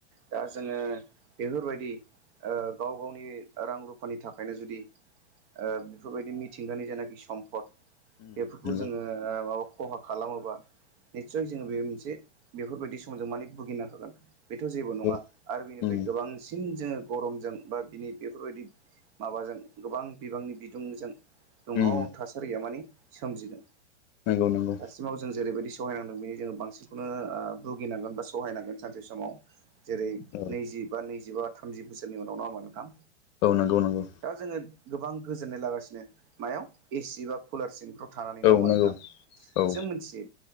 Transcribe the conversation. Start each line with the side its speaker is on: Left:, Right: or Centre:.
Right: दा जोङो बेफोरबायदि ओ गाव गावनि रां रु फोरनि थाखायनो जुदि ओ बेफोरबायदि मिथिंगानि जेनाखि सम्पद
Left: उम
Right: बेफोरखौ
Left: नंगौ
Right: जोङो ओ मा खहा खालामोबा निस्सय जोङो बे मोनसे बेफोरबायदि समाव जों माने भुगिनो हागोन। बेथ' जेबो नङा
Left: नंगौ
Right: आरो बिनिफ्राय
Left: उम
Right: गोबांसिन जोङो गरमजों बा बिनि बेफोरबायदि माबाजों गोबां बिबांनि बिदुंजों दुंहाव
Left: उम
Right: थासारिया माने सोमजिगोन
Left: नंगौ नंगौ
Right: दासिमाव जों जेरैबायदि सहायनांदों बिनि जोङो बांसिनखौनो ओ भुगिनांगोन बा सहायनांगोन सानसे समाव। जेरै
Left: औ
Right: नैजि बा नैजिबा थामजि बोसोरनि उनावनहा नङा ओमबा नोंथां।
Left: औ नंगौ नंगौ।
Right: दा जोङो गोबां गोजोननाय लागासिनो मायाव एसि बा कुलार सिंफ्राव थानानै नङाहोमबा
Left: औ नंगौ
Right: नोंथां?
Left: औ
Right: जों मिथियो